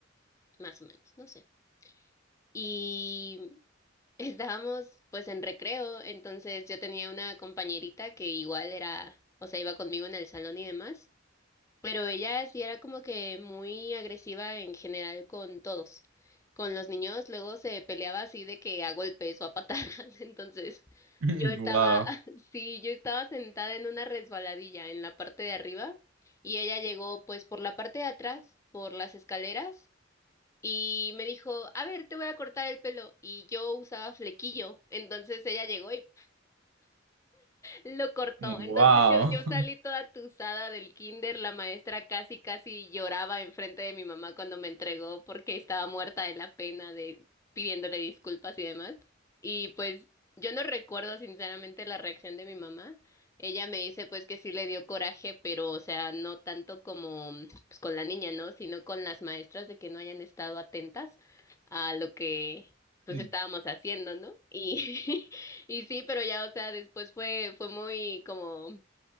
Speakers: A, on the left (about 15°); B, on the right (about 70°).
A: más o menos, no sé. Y <laughs> estábamos pues en recreo, entonces yo tenía una compañerita que igual era, o sea, iba conmigo en el salón y demás. Pero ella sí era como que muy agresiva en general con todos. Con los niños luego se peleaba así de que a golpes o a patadas. <laughs> Entonces
B: <laughs>
A: yo estaba,
B: Wow.
A: <laughs> sí, yo estaba sentada en una resbaladilla en la parte de arriba y ella llegó pues por la parte de atrás, por las escaleras y me dijo, a ver, te voy a cortar el pelo. Y yo usaba flequillo. Entonces ella llegó y lo cortó.
B: Wow.
A: Entonces yo, yo salí toda tusada del kinder. La maestra casi, casi lloraba enfrente de mi mamá cuando me entregó porque estaba muerta de la pena de pidiéndole disculpas y demás. Y pues yo no recuerdo sinceramente la reacción de mi mamá. Ella me dice pues que sí le dio coraje, pero o sea, no tanto como pues, con la niña, ¿no? Sino con las maestras de que no hayan estado atentas a lo que pues
B: No,
A: estábamos haciendo, ¿no? Y <laughs> Y sí, pero ya, o sea, después fue, fue muy como